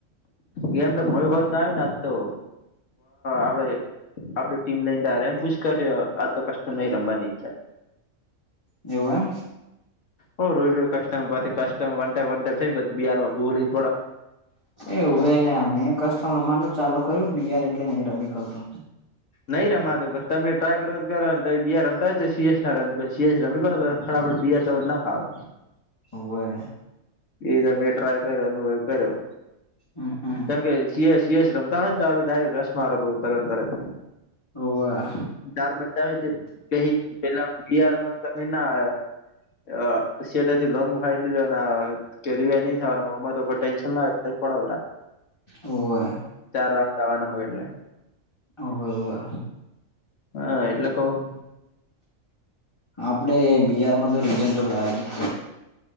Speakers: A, on the left (about 65°); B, on the left (about 20°).
A: ગેમ તો ગય હોત આવી ને આ તો આપડે. આપડે ટીમ લઈને એમ પૂછ કરશે આ તો કસ્ટ્ટ નહીિ રમવાની ઈચ્છા.
B: એવું એમ.
A: હો રોજ રજ ક્ટમ પછી કમ વંટ વ થઈ બિાર બોલી.
B: એવું એલે અ કસ્ટમ રમાનું ચાલુ કર્યું બિયાર એટલે નઈ રમી કર. <inaudible>
A: નઈ રમાતો તમે ટ્રાય કરો કરો ને બી રમતા હોય તો સીએસ ના રમી સીએસ રમી ને. ફટાફટ બિયર તવ ના ફાવે.
B: હવે.
A: એ તમે ટ્રાય કર્યો અનુભવ કર્યો.
B: અઅ અઅ. <inaudible>
A: કેમ કે સી સીએસ રમતા હોય ને તો ડાયક રસ મારો તરત તરત.
B: ઓવા.
A: ચાર બજા હોય છે ક પેલાયાર તમે ના આયા. અ સેટ થી લોંગ ફાઈટ લીધો અને. કે રિવાર નહી થવાનો અરે તો કોઈ ટેન્શન ના પડ પરા.
B: હોવે
A: ચાર રાઉન્ડ આવવાના હોય એટલે.
B: હોવે હોવે.
A: હા એટલે કહવું ને.
B: આપડે બિહારમાં તો રીજન તો લજ જ.